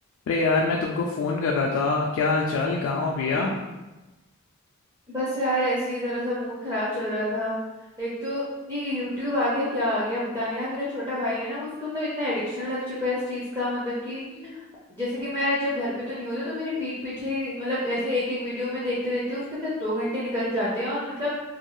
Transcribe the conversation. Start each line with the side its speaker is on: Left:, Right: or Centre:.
Left: अरे यार मैं तुमको फोन कर रहा था क्या हाल चाल कहाँ हो भैया
Right: हम्म बस यार ऐसे ही जरा सा मूड खराब चल रहा था एक तो ये यूट्यूब आ गया क्या आ गया पता नहीं यार मेरा छोटा भाई है ना उसको मतलब इतना एडिक्शन लग चुका है इस चीज का मतलब कि जैसे कि मैं जब घर पे तो नहीं होती हूँ, तो मेरे पीठ पीछे मतलब ऐसे एक एक वीडियो में देखते देखते उसके अंदर दो घंटे निकल जाते हैं और मतलब